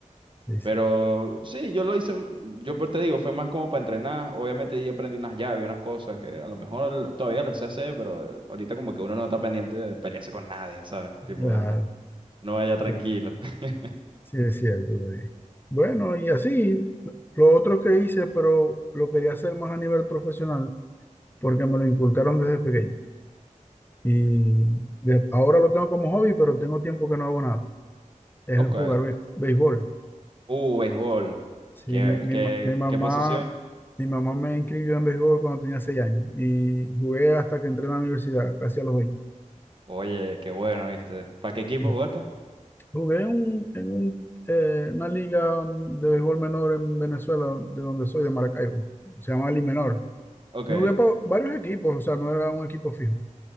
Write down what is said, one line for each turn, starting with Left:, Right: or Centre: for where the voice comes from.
Left: sí,
Right: Pero
Left: sí,
Right: sí, yo lo hice, mm, yo por- te digo, fue más como para entrenar. Obviamente ahí aprendí unas llaves, unas cosas que a lo mejor todavía las sé hacer, pero eh, ahorita como que uno no está pendiente de pelearse con nadie, ¿sabes?
Left: claro,
Right: Tipo, ajá. No vaya tranquilo.
Left: sí,
Right: <laughs>
Left: sí es cierto. David. Bueno, y así, lo otro que hice, pero lo quería hacer más a nivel profesional, porque me lo inculcaron desde pequeño. Y de- ahora lo tengo como hobby, pero tengo tiempo que no hago nada. Es
Right: Ok.
Left: jugar be- béisbol.
Right: Uh, béisbol.
Left: Sí,
Right: ¿Qué,
Left: mi, mi
Right: qué,
Left: ma- mi mamá
Right: qué posición?
Left: Mi mamá me inscribió en béisbol cuando tenía 6 años y jugué hasta que entré en la universidad, casi a los veinte.
Right: Oye, qué bueno, ¿viste? ¿Para qué equipo
Left: Sí.
Right: jugaste?
Left: Jugué en, un- en un, eh, una liga de béisbol menor en Venezuela, de donde soy, de Maracaibo. Se llama Ali Menor.
Right: Ok.
Left: Y jugué para varios equipos, o sea, no era un equipo fijo.